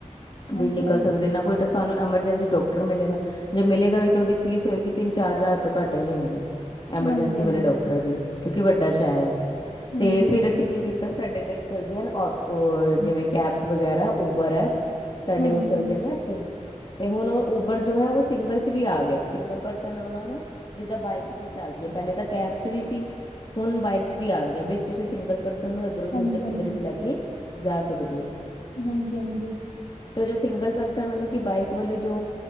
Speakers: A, on the left; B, on the left.
A: ਹਾਂਜੀ
B: ਵੀ ਨਿਕਲ ਸਕਦੇ ਨਾ ਕੋਈ ਤਾਂ ਸਾਨੂੰ ਐਮਰਜੈਂਸੀ ਡਾਕਟਰ ਮਿਲੇਗਾ, ਜੇ ਮਿਲੇਗਾ ਵੀ ਤੇ ਉਹਦੀ ਫੀਸ ਹੋਏਗੀ ਤਿੰਨ ਚਾਰ ਹਜ਼ਾਰ ਤੋਂ ਘੱਟ ਨੀ ਹੁੰਦੀ। ਐਮਰਜੈਂਸੀ
A: ਹਾਂਜੀ
B: ਵਾਲੇ
A: ਹਾਂਜੀ
B: ਡਾਕਟਰ ਦੀ, ਕਿਉਂਕਿ ਵੱਡਾ ਸ਼ਹਿਰ ਹੈ ਤੇ
A: ਹਾਂਜੀ
B: ਫਿਰ
A: ਹਾਂਜੀ
B: ਅਸੀਂ ਅਸੀਂ ਕੀ ਕੀਤਾ ਸਾਡੇ ਇਧਰ ਚਲਦੀਆਂ ਨੇ ਆਟੋ, ਜਿਵੇਂ ਕੈਬਸ ਵਗੈਰਾ ਉਬਰ ਹੈ ਸਾਡੇ
A: ਹਾਂਜੀ
B: ਉਹ ਚੱਲਦੇ ਨੇ ਨਾ, ਇੱਥੇ ਤੇ ਹੁਣ ਉਬਰ ਜੋ ਹੈ ਉਹ ਸਿੰਗਲ 'ਚ ਵੀ ਆ ਗਿਆ, ਸਿੰਗਲ ਪਰਸਨ ਉਹ ਨੂੰ ਜਿੱਦਾਂ ਬਾਈਕਸ ਵੀ ਚੱਲ ਗਈਆਂ, ਪਹਿਲੇ ਤਾਂ ਕੈਬਸ ਵੀ ਸੀ। ਹੁਣ ਬਾਈਕਸ ਵੀ ਆ ਗਈਆਂ, ਬਾਈ ਤੁਸੀਂ ਸਿੰਗਲ ਪਰਸ ਨੂੰ ਇਧਰੋ
A: ਹਾਂਜੀ
B: ਦੀ ਉਧਰ,
A: ਹਾਂਜੀ
B: ਕਿਧਰ ਵੀ ਲੈ ਕੇ ਜਾ ਸਕਦੇ ਹੋ।
A: ਹਾਂਜੀ, ਹਾਂਜੀ।
B: ਅਤੇ ਉਹ ਜੋ ਸਿੰਗਲ ਪਰਸਨ, ਮਤਲਬ ਕਿ ਬਾਈਕ ਵਾਲੇ ਜੋ